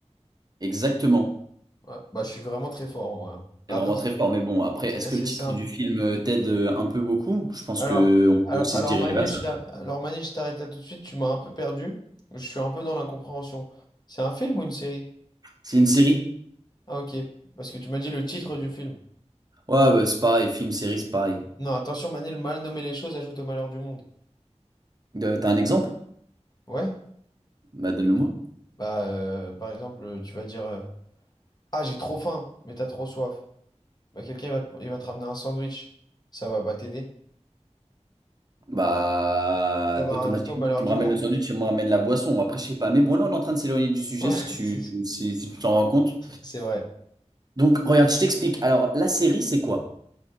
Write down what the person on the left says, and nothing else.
Ouais, bah je suis vraiment très fort en vrai. hein. Mais
Après,
c'était
c'était
assez
simple.
Alors,
a-
alors
Manil,
je t'a- alors Manil, je t'arrête là tout de suite, tu m'as un peu perdu. Je suis un peu dans l'incompréhension. C'est un film ou une série?
Ah ok, parce que tu m'as dit le titre du film.
Non, attention Manil, mal nommer les choses ajoute au malheur du monde.
Ouais?
Bah, euh, par exemple, tu vas dire euh, Ah, j'ai trop faim, mais t'as trop soif. Bah, quelqu'un il va te, il va te ramener un sandwich. Ça va pas t'aider.
Ça va
rajouter au malheur
du
monde.
Ouais,
<laughs>
c'est
c'est vrai.